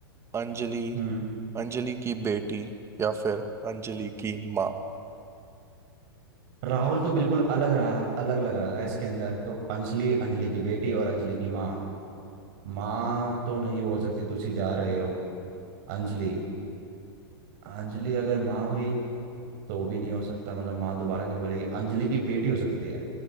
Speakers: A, on the right; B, on the right.
A: अंजलि
B: हम्म
A: अंजलि की बेटी या फिर अंजलि की माँ
B: राहुल तो बिल्कुल अलग रहा है अलग लग रहा है इसके अंदर तो अंजलि अंजलि की बेटी और अंजलि की माँ माँ तो नहीं बोल सकती तुसी जा रहे हो अंजलि अंजलि अगर माँ हुई तो वो भी नहीं हो सकता मतलब माँ दोबारा नहीं बोलेगी अंजलि की बेटी हो सकती है